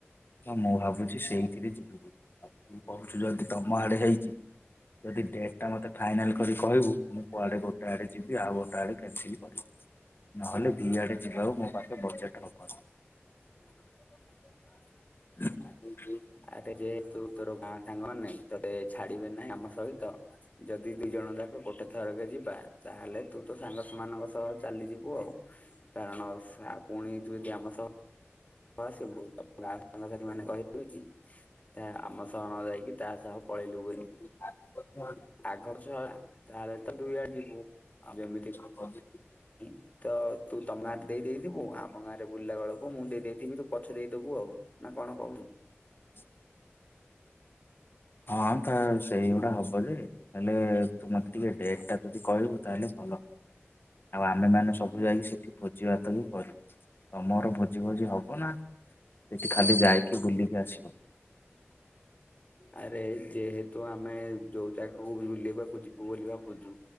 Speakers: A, on the left; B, on the left.
A: ତ ମୁଁ ଭାବୁଛି ସେଇଥିରେ ଯିବି ଆଉ ତୁ କହୁଛୁ ଯଦି ତମ ଆଡେ ହେଇଛି ଯଦି ଡେଟ ଟା ମତେ ଫାଇନାଲ କରି କହିବୁ କୁଆଡେ ଗୋଟେ ଆଡେ ଯିବି ଆଉ ଗୋଟେ ଆଡେ କାନସେଲ କରିବି ନହେଲେ ଦିଇଆଡ଼େ ଯିବାରୁ ମୋ ପାଖେ ବଜେଟ୍ ହେବନି।
B: ହ <inaudible>
A: ହ <inaudible>
B: ଆରେ ଯେହେତୁ ତୋର ଗାଁ ସାଙ୍ଗ ନାଇ ତୋତେ ଛାଡିବେ ନାହିଁ ଆମ ସହିତ ଯଦି ଦୁଇ ଜଣ ଯାକ ଗୋଟେ ଥରକେ ଯିବା ତାହେଲେ ତୁ ତ ସାଙ୍ଗ ମାନଙ୍କ ସହ ଚାଲିଯିବୁ ଆଉ। କାରଣ ସା ପୁଣି ତୁ ଯଦି ଆମ ସହ ଆସିବୁ ଗାଁ ସାଙ୍ଗସଥିୀ ମାନେ କହିବେ କି <unintelligible> ଆମ ସହ ନ ଯାଇକି ତା ସହ ପଳେଇଲୁ ବୋଲି।
A: <unintelligible>
B: ଆଗଛଲା ତାହେଲେ ତ ଦୁଇ ଆଡେ ଯିବୁ ଆଉ ଯେମିତି
A: ହଁ ଯେ
B: ହିଁ ତ ତୁ ତମ ଆଡ଼େ ଦେଇ ଦେଇ ଥିବୁ ଆମ ଗାଁରେ ବୁଲିଲା ବେଳକୁୁ ମୁଁ ଦେଇଦେଇ ଥିବି ତୁ ପଛେ ଦେଇଦବୁ ଆଉ ନା କଣ କହୁଛୁ।
A: <inaudible> ହଁ ତ ସେଇଗୁଡା ହବ ଯେ ହେଲେ ତୁ ମତେ ଟିକେ ଡେଟ ଟା ଯଦି କହିବୁ ତାହେଲେ ଭଲ ଆମେମାନେ ସବୁ ଯାଇକି ସେଠି ଭୋଜିଭାତ ହି କରିବୁ। ତମର ଭୋଜି ଭୋଜି ହବ ନା ସେଇଠି ଖାଲି ଯାଇକି ବୁଲିକି ଆସିବୁ?
B: ଆରେ ଯେହେତୁ ଆମେ ଯୋଉ ଜାଗାକୁ ବୁଲେଇବାକୁ ଯିବୁ ବୋଲି ଭାବୁଚୁ